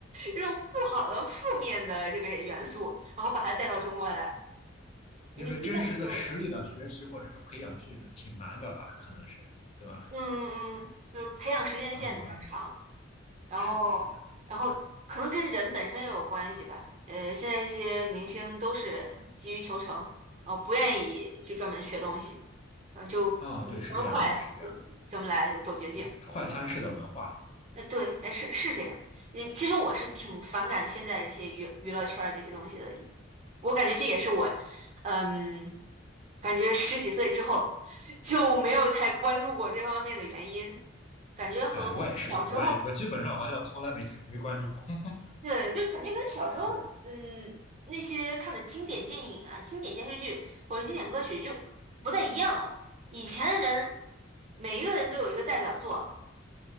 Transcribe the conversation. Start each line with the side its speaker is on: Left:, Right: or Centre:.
Right: 这种不好的负面的这个元素，然后把它带到中国来。你就像你说的，
Left: 因为真实的实力的学习或者是培养是挺难的吧，可能是，对吧？
Right: 嗯嗯，嗯就是培养时间线比较长。
Left: 啊、
Right: 然后，
Left: 是的，是的，
Right: 然后可能跟人本身也有关系吧。呃，现在这些明星都是急于求成，呃，不愿意去专门学东西，然后就怎么快
Left: 啊、对，是这样的，是这样的，
Right: 怎么来，就走捷径。
Left: 对，快餐式的文化，
Right: 那对，哎，是是这样。呃，其实我是挺反感现在这些娱娱乐圈儿这些东西的，
Left: 对，
Right: 我感觉这也是我，嗯，感觉十几岁之后就没有太关注过这方面的原因，感觉和小时候。
Left: 哎，我也是，我也我基本上好像从来没没关注过，<laughs>
Right: 对，就感觉跟小时候，
Left: 嗯，
Right: 嗯，那些看的经典电影啊、经典电视剧或者经典歌曲就不再一样了。以前的人，每一个人都有一个代表作，